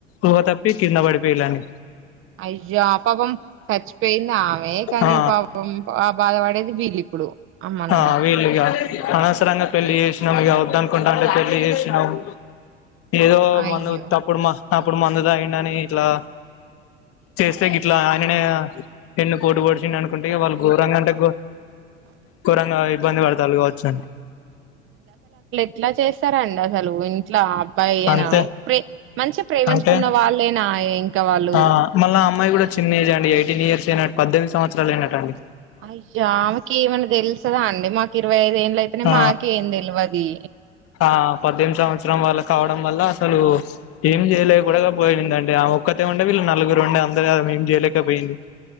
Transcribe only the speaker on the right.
అయ్యో ఆ పాపం చచ్చిపోయింది ఆమె కానీ
పాపం బాధపడేది వీళ్ళు ఇప్పుడు అమ్మ నాన్న
అయ్యో
ఇట్లా చేస్తారండి అసలు ఇంట్లా అబనా
ప్రే మంచిగా ప్రేమించుకున్న
వాళ్ళేనా ఇంకా వాళ్ళు
అయజామెకి ఏమైన్నా తెలుసదా అండి మాకు ఇరవైఐదు అయితేనే
మాక ఏం తెలివది